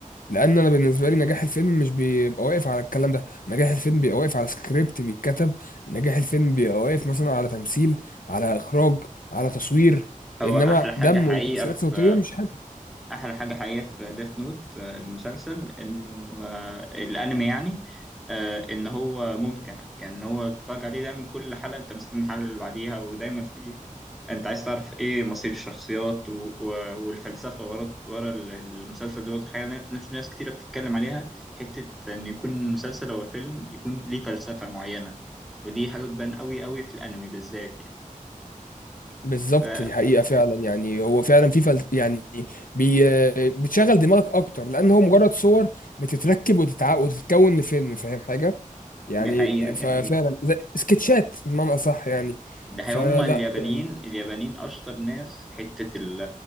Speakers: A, on the left (about 80°); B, in the centre.
A: لان انا بالنسبه لي نجاح الفيلم مش بيبقى واقف على الكلام ده نجاح الفيلم بيبقى واقف على سكريبت بيتكتب نجاح الفيلم بيبقى واقف مثلا على تمثيل على اخراج على تصوير
B: هو
A: انما
B: احلى حاجه
A: دم
B: حقيقه
A: وتاثيرات
B: في
A: صوتيه مش حاجه
B: احلى حاجه حقيقيه في ديث نوت المسلسل انه آه، الانمي يعني آه، ان هو ممتع يعني ان هو تتفرج عليه دايما كل حلقه انت مستني الحلقه اللي بعديها ودايما في انت عايز تعرف ايه مصير الشخصيات و... و... والفلسفه ورا ورا ال- المسلسل ده برضه حاجه مش ناس كتيره بتتكلم عليها حته ان يكون المسلسل او الفيلم يكون ليه فلسفه معينه ودي حاجه بتبان قوي قوي في الانمي بالذات يعني
A: بالظبط
B: ف-
A: دي حقيقة فعلا يعني هو فعلا في فل... يعني بي... بتشغل دماغك أكتر لأن هو مجرد صور بتتركب وتتع... وتتكون لفيلم فاهم حاجة؟ يعني
B: دي حقيقه دي
A: ففعلا
B: حقيقه
A: زي سكتشات بمعنى أصح يعني
B: ده
A: فلا
B: هما اليابانيين
A: يعني
B: اليابانيين أشطر ناس في حتة ال-